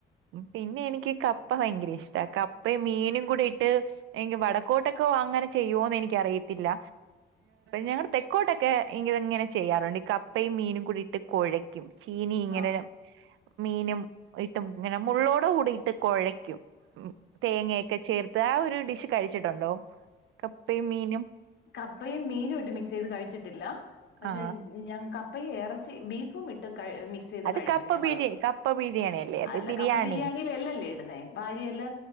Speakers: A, on the right; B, on the left.
A: പിന്നെയെനിക്ക് ഈ കപ്പ ഭയങ്കരയിഷ്ട കപ്പയും മീനും കൂടെയിട്ട് എനിക്ക് വടക്കോട്ടൊക്കെ അങ്ങനെ ചെയ്യോന്ന് എനിക്കറിയത്തില്ല ഞങ്ങള് തെക്കോട്ടൊക്കെ ഇ ഇങ്ങനെ ചെയ്യാറുണ്ട് ഈ കപ്പയും മീനും കൂടിയിട്ട് കുഴയ്ക്കും ചീനിയിങ്ങനെ
B: ആ
A: മീനും ഇട്ട് ഇങ്ങനെ മുള്ളോട് കൂടിയിട്ട് കുഴയ്ക്കും തേങ്ങയൊക്കെ ചേർത്ത് ആ ഒരു ഡിഷ് കഴിച്ചിട്ടുണ്ടോ? കപ്പയും മീനും
B: കപ്പയും മീനുവിട്ട് മിക്സെയ്ത് കഴിച്ചിട്ടില്ല പക്ഷെ
A: ആ
B: ഞാങ്ങ കപ്പ യും എറച്ചി ബീഫും ഇട്ട് കഴു മിക് സെയ്ത്
A: അത്
B: കഴിക്കും
A: കപ്പ
B: ഞങ്ങള്
A: ബിരി കപ്പ ബിരിയാണി അല്ലേ അത്
B: അല്ല
A: ബിരിയാണി
B: കപ്പ ബിരിയാണിയില് എല്ലല്ലേയിടുന്നേ വാരിയെല്ല്?